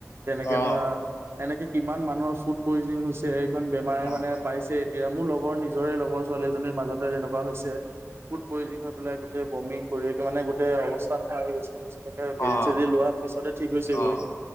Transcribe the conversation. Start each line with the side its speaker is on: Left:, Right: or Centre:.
Right: তেনেকে
Left: অ
Right: ধৰা, এনেকে কিমান মানুহৰ ফুড পয়জনিং হৈছে ইমান বেমাৰে
Left: অ',
Right: মানে পাইছে এতিয়া মোৰ লগৰ নিজৰে লগৰ ছোৱালীজনীৰ মাজতে তেনেকুৱা হৈছে। ফুড পয়জনিং হৈ পেলাই গোটেই বমি কৰি মানে গোটেই অৱস্থা নোহোৱা হৈ গৈছে। তাৰপিছতে এ বেজি-
Left: অ'।
Right: চেজি লোৱাৰ পিছতে ঠিক হৈছেগৈ।
Left: অ',